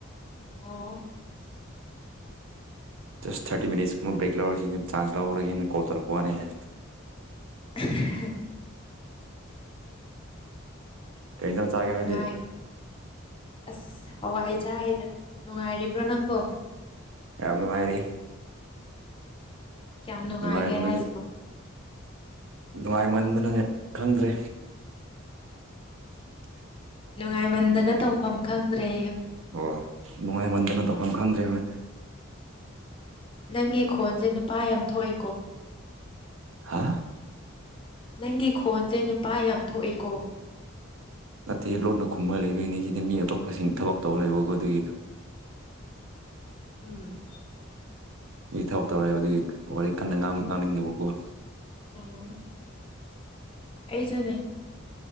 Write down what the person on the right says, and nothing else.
ꯖꯁ ꯊꯥꯔꯇꯤ ꯃꯤꯅꯤꯠꯁꯀꯨꯝꯕ ꯕ꯭ꯔꯦꯛ ꯂꯧꯔꯒꯁꯤ ꯆꯥꯟꯁ ꯂꯧꯔꯒꯦꯅ ꯀꯣꯟ ꯊꯣꯔꯛꯄ ꯋꯥꯅꯤꯗ꯫
ꯀꯩ ꯏꯟꯖꯥꯡ ꯆꯥꯒꯦ
ꯅꯣꯏꯗꯤ
ꯌꯥꯝ ꯅꯨꯡꯉꯥꯏꯔꯤ꯫
ꯅꯨꯡꯉꯥꯏꯕ
ꯅꯨꯡꯉꯥꯏꯃꯟꯗꯅ ꯈꯪꯗ꯭ꯔꯦ꯫ <inaudible> ꯫
ꯍꯣꯏ ꯅꯨꯡꯉꯥꯏꯃꯟꯗꯅ ꯇꯧꯐꯝ ꯈꯪꯗ꯭ꯔꯦ ꯍꯣꯏ꯫
ꯍꯥ--꯫
ꯅꯠꯇꯦ ꯂꯣꯟꯠꯅ ꯈꯨꯝꯕ ꯂꯩꯕꯣꯏꯅꯤ ꯁꯤꯗ ꯃꯤ ꯑꯇꯣꯞꯄꯁꯤꯡ ꯊꯕꯛ ꯇꯧꯕꯔ ꯂꯩꯕꯀꯣ ꯑꯗꯨꯒꯤ꯫
ꯃꯤ ꯊꯕꯛ ꯇꯧꯔꯛꯦ ꯑꯗꯨꯒꯤ ꯋꯥꯔꯤ ꯀꯟꯅ ꯉꯥꯡꯅꯤꯡꯗꯕꯕꯨꯣ꯫